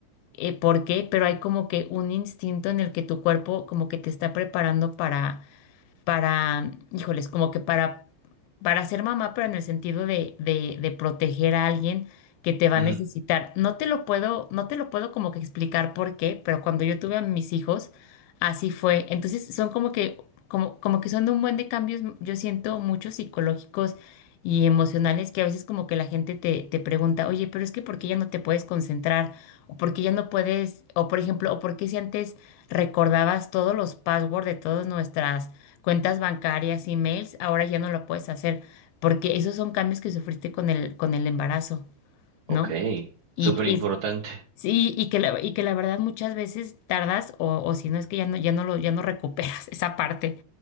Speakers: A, on the left; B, on the right.
A: eh, por qué, pero hay como que un instinto en el que tu cuerpo como que te está preparando para, para, híjoles, como que para, para ser mamá, pero en el sentido de, de, de proteger a alguien que te va
B: ujú,
A: a necesitar. No te lo puedo, no te lo puedo como que explicar por qué, pero cuando yo tuve a mis hijos, así fue. Entonces son como que, como, como que son un buen de cambios, yo siento muchos psicológicos y emocionales que a veces como que la gente te, te pregunta, oye, pero es que ¿por qué ya no te puedes concentrar? O por qué ya no puedes, o por ejemplo, o por qué si antes recordabas todos los passwords de todas nuestras cuentas bancarias, emails, ahora ya no lo puedes hacer, porque esos son cambios que sufriste con el, con el embarazo, ¿no?
B: ok,
A: Y,
B: súper importante.
A: Sí, y que la, y que la verdad muchas veces tardas o, o si no es que ya no, ya no lo, ya no recuperas <laughs> esa parte.